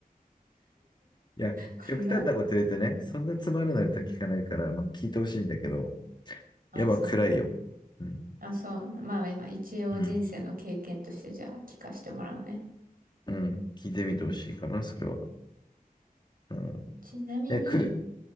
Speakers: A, on the left; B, on the right.
A: や、
B: 暗。
A: 極端なこと言うとね、そんなつまらない歌聞かないから、まあ聞いてほしいんだけど、
B: あ、
A: やっぱ暗いよ。
B: そう。
A: うん。
B: あ、そうな。まあ今、一応人生の経験としてじゃあ聞かせてもらうね。
A: うん。うん。聞いてみてほしいかな、それは。うん。
B: ちなみに、
A: え、来る。